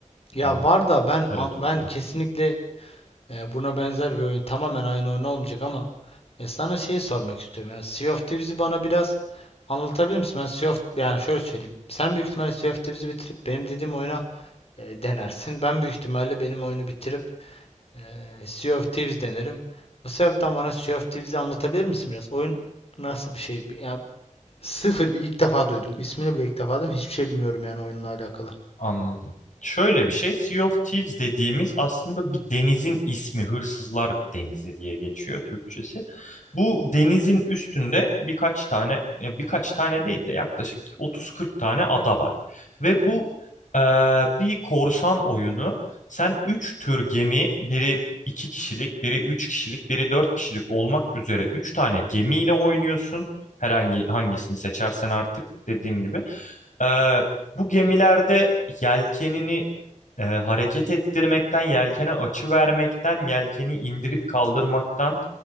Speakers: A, on the left; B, on the left.
A: Ya
B: hani
A: var da ben
B: literatüründe.
A: an- ben kesinlikle e, buna benzer bir oyun, tamamen aynı oyun olmayacak ama e, sana şeyi sormak istiyorum. Ya Sea of Thieves'i bana biraz anlatabilir misin? Ben Sea of yani şöyle söyleyeyim. Sen büyük ihtimalle Sea of Thieves'i bitirip benim dediğim oyuna e, denersin. Ben büyük ihtimalle benim oyunu bitirip Ee, Sea of Thieves denerim. O sebepten bana Sea of Thieves'i anlatabilir misin biraz? Oyun nasıl bir şey? Ya sıfır bir ilk defa duydum. İsmini bile ilk defa duydum. Hiçbir şey bilmiyorum yani oyunla alakalı.
B: Anladım. Şöyle bir şey, Sea of Thieves dediğimiz aslında bir denizin ismi, Hırsızlar Denizi diye geçiyor Türkçesi. Bu denizin üstünde birkaç tane, ya birkaç tane değil de yaklaşık 30-40 tane ada var. Ve bu eee, bir korsan oyunu. Sen 3 tür gemi, biri 2 kişilik, biri 3 kişilik, biri 4 kişilik olmak üzere 3 tane gemiyle oynuyorsun. Herhangi hangisini seçersen artık dediğim gibi. Ee, bu gemilerde yelkenini e, hareket ettirmekten, yelkene açı vermekten, yelkeni indirip kaldırmaktan,